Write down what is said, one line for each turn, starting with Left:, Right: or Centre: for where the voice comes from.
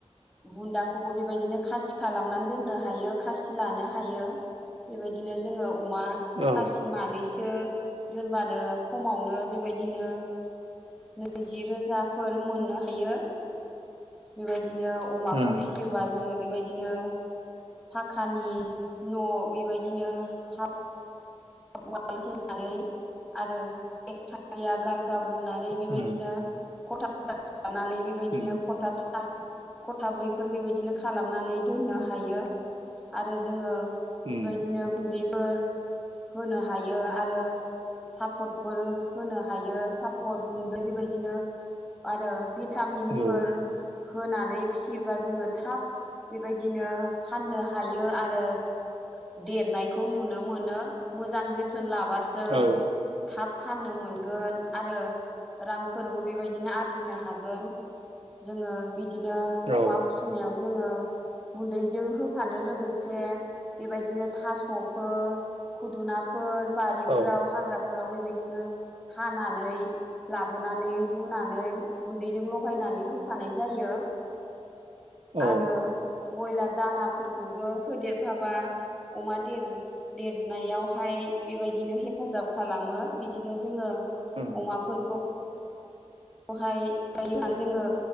Centre: बुन्दाखौबो बेबायदिनो खासि खालामनानै दोननो हायो खासि लानो हायो बेबायदिनो जोङो अ बा
Right: औ
Centre: खासि मानैसो दोनबानो खमावनो बेबायदिनो नैजि रोजाफोर मोननो हायो। बेबायदिनो अमाखौ
Right: ओम
Centre: फिसियोबा जोङो बेबायदि दिनो फाखानि न' बेबायदिनो हा हाबवाल होनानै आरो एखसालिया गाल गाब लुनानै बेबायदिनो
Right: ओम
Centre: खथा खथा खालामनानै बेबायदिनो
Right: ओम
Centre: खथा था खथाब्रैफोर बेबायदिनो खालामनानै दोननो हायो आरो जोङो बेबायदिनो
Right: ओम
Centre: गुन्दैफोर होनो हायो आरो सापटफोर होनो हायो सापट गुन्दै बेबायदिनो आरो भिटामिनफोर
Right: औ
Centre: होनानै फिसियोबा जोङो थाब बेबायदिनो फाननो हायो आरो देरनायखौ नुनो मोनो। मोजां जोथोन लाबासो
Right: औ
Centre: थाब फाननो मोनगोन आरो रांफोरबो बेबायदिनो आरजिनो हागोन। जोङो बिदिनो
Right: औ
Centre: अमा फिसिनायाव जोङो गुन्दैजों होफानो लोगोसे बेबायदिनो थास'फोर खुदुनाफोर बारिफोराव
Right: औ
Centre: हाग्रा फोराव बेबायदिनो हानानै लाबोनानै रुनानै गुन्दैजों लगायना नै होफानाय जायो।
Right: औ
Centre: आरो बयलार दानाफोरखौबो होदेरफाबा अमा देर-देरनायावहाय बेबायदिनो हेफाजाब खालामो बिदिनो जोङो
Right: ओम
Centre: अमाफोरखौ हाय <inaudible> जोङो